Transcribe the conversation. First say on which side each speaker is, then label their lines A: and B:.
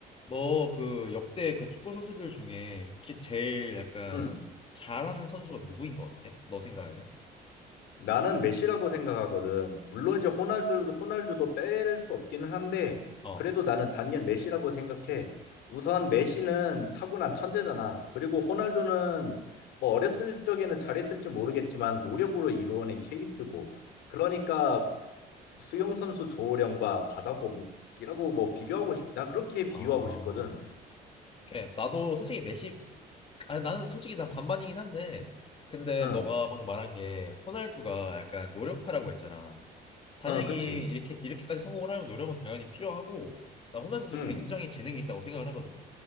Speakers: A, on the left; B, on the left.
A: 너 그 역대 그 축구 선수들 중에 혹시 제일 약간
B: 음,
A: 잘하는 선수가 누구인 것 같아? 너 생각에는?
B: 나는 메시라고 생각하거든. 물론 이제 호날두, 호날두도 뺄 수 없기는 한데,
A: 어.
B: 그래도 나는 단연 메시라고 생각해. 우선 메시는 타고난 천재잖아. 그리고 호날두는 뭐 어렸을 적에는 잘했을지 모르겠지만 노력으로 이루어낸 케이스고. 그러니까 수영 선수 조호령과 바다거북이라고 뭐 비교하고 싶, 나 그렇게
A: 어,
B: 비유하고 싶거든.
A: 걔 나도 솔직히 메시, 아니 나는 솔직히 난 반반이긴 한데, 근데
B: 응,
A: 너가 방금 말한 게 호날두가 약간 노력파라고 했잖아. 당연히
B: 어, 그치.
A: 이렇게 이렇게까지 성공을 하려면 노력은 당연히 필요하고, 나 호날두도
B: 응,
A: 굉장히 재능이 있다고 생각을 하거든.